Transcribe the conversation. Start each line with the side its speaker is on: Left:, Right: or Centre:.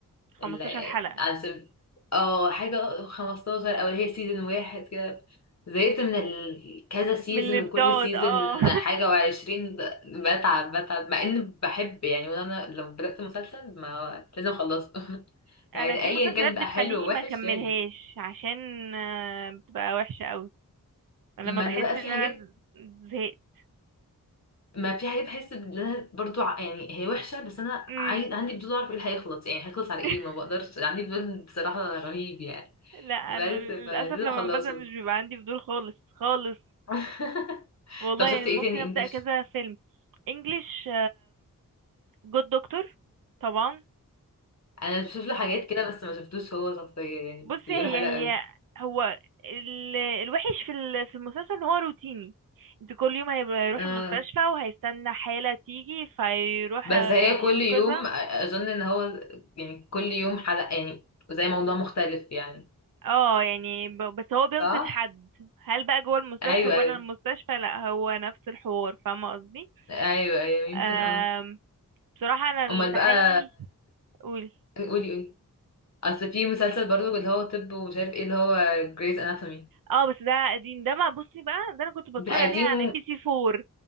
Right: 15
Left: ال-
Right: حلقة
Left: عشان اه حاجة 15 او اللي هي سيزون واحد كده زهقت من ال... كذا سيزون
Right: من اللي بتقعد
Left: وكل سيزون
Right: اه
Left: حاجة وعشرين ب- بتعب بتعب مع اني بحب يعني وانا لو بدأت مسلسل ما لازم اخلصه <laughs>
Right: <laughs>
Left: يعني
Right: انا في
Left: ايا
Right: مسلسلات
Left: كان
Right: بتخليني
Left: بقى حلو ووحش
Right: ما اكملهاش
Left: لازم
Right: عشان آه، بتبقى وحشة قوي لما
Left: ما
Right: بحس
Left: انا بقى في
Right: ان
Left: حاجات
Right: انا زهقت
Left: ما في حاجات بحس ان انا برضو ع- يعني هي وحشه بس انا
Right: امم
Left: عايز عندي فضول اعرف ايه اللي هيخلص يعني هيخلص على
Right: <laughs>
Left: ايه ما بقدرش عندي فضول بصراحه رهيب يعني
Right: لا
Left: بس
Right: انا للاسف
Left: فلازم
Right: لما
Left: اخلصه
Right: بزهق مش بيبقى عندي فضول خالص خالص
Left: <laughs>
Right: والله
Left: طب شفت
Right: يعني ممكن
Left: ايه تاني
Right: ابدا
Left: انجلش
Right: كذا فيلم انجلش جود دكتور طبعا
Left: انا بشوف له حاجات كده بس ما شفتوش هو شخصيا يعني
Right: بصي
Left: بس بيقولوا
Right: هي
Left: حلو
Right: هي
Left: قوي
Right: هو ال- الوحش في ال- في المسلسل ان هو روتيني انت كل يوم هيروح
Left: آه.
Right: المستشفى وهيستنى حالة تيجي فيروح
Left: بس
Right: آه،
Left: هي
Right: ينقذها
Left: كل يوم أ- اظن ان هو يعني كل يوم حلقة يعني زي موضوع مختلف يعني
Right: اه يعني ب- بس هو بينقذ
Left: صح
Right: حد هل بقى جوه المستشفى
Left: ايوه
Right: بره
Left: ايوه
Right: المستشفى لا هو نفس الحوار فاهمة قصدي
Left: ايوه ايوه يمكن
Right: آم،
Left: اه
Right: بصراحة انا اللي
Left: امال
Right: سحلني
Left: بقى
Right: قول
Left: قولي قولي اصل في مسلسل برضو اللي هو طب ومش عارف ايه اللي هو جريز اناتومي
Right: اه بس ده قديم ده ما بصي بقى ده انا كنت بتفرج
Left: ده قديم
Right: عليه على ام بي سي 4